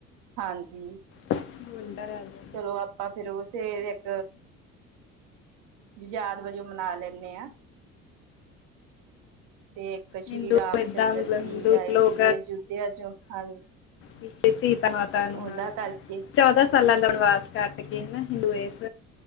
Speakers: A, on the right; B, on the left.
A: ਹਾਂਜੀ।
B: ਮੰੰਦਰ ਰਹਿ ਜਾ <unintelligible>
A: ਚਲੋ ਆਪਾਂ ਫੇਰ ਉਸੇ ਇੱਕ ਯਾਦ ਵਜੋਂ ਮਨਾ ਲੈਂਦੇ ਹਾਂ। ਤੇ ਸ਼੍ਰੀ
B: ਹਿੰਦੂ
A: ਰਾਮ
B: ਏਦਾਂ
A: ਚੰਦਰ
B: ਮਤਲਬ
A: ਜੀ
B: ਹਿੰਦੂ
A: ਆਏ
B: ਲੋਕ
A: ਸੀਗੇ ਅਯੋਧਿਆ ਚੋਂ ਹਾਂ।
B: ਵਿੱਚੇ ਸੀਤਾ ਮਾਤਾ ਨੂੰ
A: ਉਹਦਾ
B: ਹਾਂ।
A: ਕਰਕੇ
B: ਚੌਦਾਂ ਸਾਲਾਂ ਦਾ ਬਨਵਾਸ ਕੱਟ ਕੇ ਹਨਾ ਹਿੰਦੂ ਇਸ